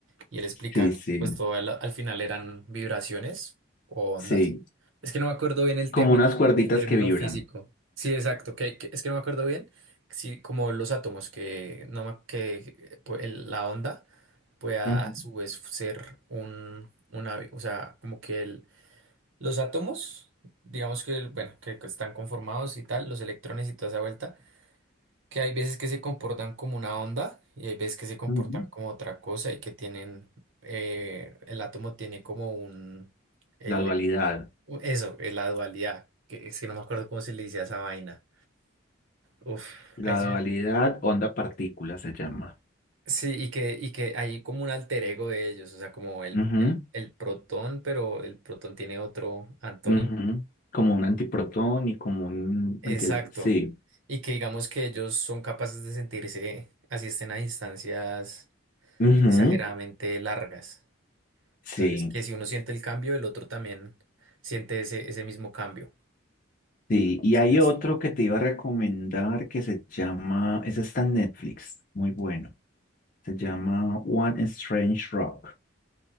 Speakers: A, on the right (about 75°); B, on the left (about 40°).
A: y él explica
B: sí,
A: que
B: sí,
A: pues todo al, al final eran vibraciones o ondas.
B: sí.
A: Es que no me acuerdo bien el
B: Como
A: término,
B: unas cuerditas
A: el término
B: que vibran.
A: físico. Sí, exacto, que, que- es que no me acuerdo bien si como los átomos que no me- que pues, el- la onda pueda
B: Ujú,
A: a su vez ser un una, o sea, como que el- los átomos, digamos que bueno, que están conformados y tal, los electrones y toda esa vuelta que hay veces que se comportan como una onda y hay veces que se comportan
B: ujú.
A: como otra cosa y que tienen, eh, el átomo tiene como un, el,
B: La dualidad.
A: u- eso, eh, la dualidad, que es que no me acuerdo cómo se le decía a esa vaina. Uf,
B: La
A: ahí sí,
B: dualidad onda-partícula se llama.
A: sí, y que, y que hay como un alter ego de ellos, o sea, como el,
B: Ujú,
A: el, el protón, pero el protón tiene otro antónimo.
B: ujú. Como un antiprotón y como un
A: Exacto.
B: anti... Sí.
A: Y que digamos que ellos son capaces de sentirse, así estén a distancias.
B: ujú,
A: exageradamente largas.
B: Sí.
A: Entonces, que si uno siente el cambio, el otro también siente ese, ese mismo cambio.
B: Sí, y
A: Si
B: hay
A: no es-
B: otro que te iba a recomendar que se llama, ese está en Netflix, muy bueno. Se llama One Strange Rock,